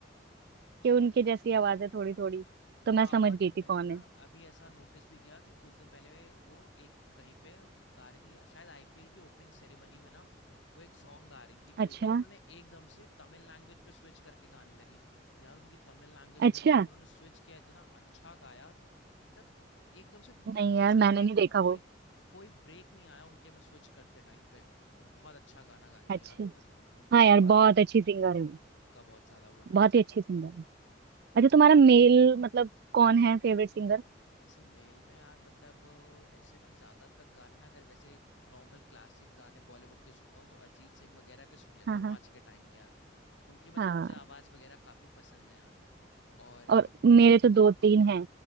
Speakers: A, on the right; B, on the left.
A: कि उनके जैसी आवाज है थोड़ी थोड़ी तो
B: हाँ
A: मैं समझ
B: और
A: गई
B: मैंने
A: थी कौन
B: ना
A: है
B: अभी ऐसा नोटिस भी किया कि कुछ दिन पहले वो एक कहीं पे गा रही थी शायद आईपीएल की ओपनिंग सेरेमनी में ना वो एक सॉन्ग गा रही थी कोई
A: अच्छा
B: और उन्होंने एकदम से तमिल लैंग्वेज पे स्विच करके गाने लगी यार उनकी तमिल लैंग्वेज
A: अच्छा
B: में भी जब उन्होंने स्विच किया इतना अच्छा गाया मतलब एकदम से मतलब
A: नहीं
B: जैसे
A: यार मैंने
B: उन्होंने
A: नहीं देखा
B: कोई
A: वो
B: कोई ब्रेक नहीं आया उनके में स्विच करते टाइम पे तो बहुत अच्छा गाना गाती
A: अच्छा
B: हैं यार मतलब उनकी
A: हाँ
B: आवाज
A: यार बहुत अच्छी सिंगर है वो
B: का बहुत ज्यादा बड़ा
A: बहुत ही अच्छी सिंगर है अच्छा तुम्हारा मेल मतलब कौन है फेवरेट सिंगर
B: ऐसे मेल में यार मतलब ऐसे में ज्यादातर गाने ना अगर वैसे नॉर्मल क्लासिक गाने बॉलीवुड के सुनता हूँ तो अरिजीत सिंह वगैरह के सुन लेता
A: हाँ
B: हूँ
A: हाँ
B: आज के टाइम के यार उनकी मतलब
A: हाँ
B: मुझे आवाज वगैरह काफी पसंद है यार और अ,
A: और मेरे तो दो तीन हैं